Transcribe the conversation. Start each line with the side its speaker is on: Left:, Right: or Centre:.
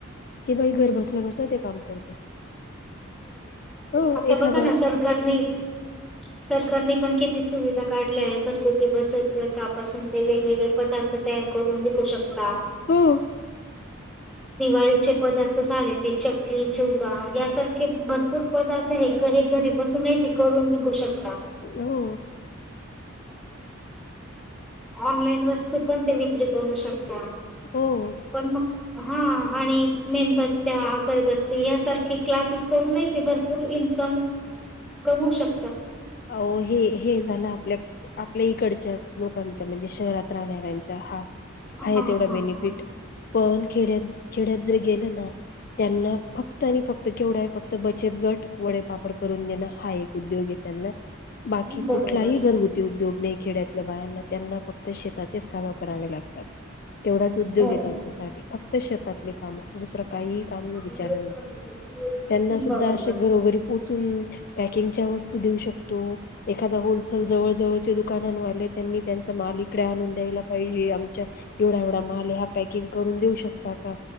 Left: की बाई घर बसल्या बसल्या ते काम करते हो
Centre: आता
Left: एखादा
Centre: बघा ना सरकारनी सरकारने पण किती सुविधा काढल्या आहे घरगुती बचत गटपासून ते वेगवेगळे पदार्थ तयार करून विकू शकता
Left: हो
Centre: दिवाळीचे पदार्थ झाले ते चकली चीवरा यासारख क भरपूर पदार्थ हे क घरी बसून ते करून वीकु शकता
Left: हो
Centre: ह ऑनलाईन वस्तू पण ते विक्री करू शकता
Left: हो
Centre: पण मग हा आणि मेणबत्त्या अगरबत्ती्या यासारखे क्लासेस करूनय ते भरपूर इन्कम कमू शकत
Left: आओ हे हे झालं आपल्या आपल्या इकडच्या लोकांच म्हणजे शहरात राहणाऱ्याचा हा
Centre: हा
Left: हाये तेवढा
Centre: हा
Left: बेनफिट
Centre: हा
Left: पण खेड्यात खेड्यात जर गेले ना त्यांना फक्त आणि फक्त केवढा आहे फक्त बचत गट वडेपापड करून देणं हा एक उद्योगीयं त्यांना बाकी
Centre: बरोबर
Left: कुठलाही घरगु. उद्योग नाई खेड्यातल्या बायांना त्यांना फक्त़ं शेताचेच कामं करावे लागतात. तेवढचं उद्योग
Centre: हो.
Left: नाई आह यांच्यासाठी फक्तं शेतातले काम दुसर काही. काम
Centre: बरोबर.
Left: विचाराना त्यांना सुद्धा
Centre: बरोबर.
Left: असे घरोघरीं. पोचून पॅकिंगच्या वस्तू देऊ शकतो. एखादा होलसेल जवळ- जवळचें. दुकानांन वाले त्यांनी त्यांचा मालिक विक <inaudible> इकडे आणून द्यायला पाहिजे, आमच्या एवढा- एवढा माल आहे हां पॅकिंग करून देऊ शकता कां.